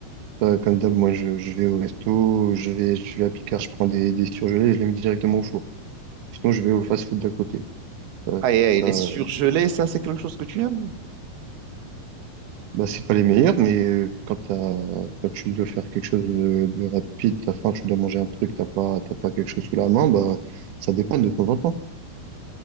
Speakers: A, on the right; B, on the right.
A: Ça, comme d'hab, moi, je, je vais au resto, je vais, je vais à Picard, je prends des, des surgelés et je les mets directement au four. Sinon, je vais au fast-food d'à côté. Ça,
B: Ah, et,
A: ça,
B: et les surgelés, ça, c'est quelque chose que tu aimes?
A: Bah, c'est pas les meilleurs, mais euh, quand, t'as- quand tu dois faire quelque chose de, de rapide, t'as faim, tu dois manger un truc, t'as pas, t'as pas quelque chose sous la main, bah, ça dépanne de temps en temps.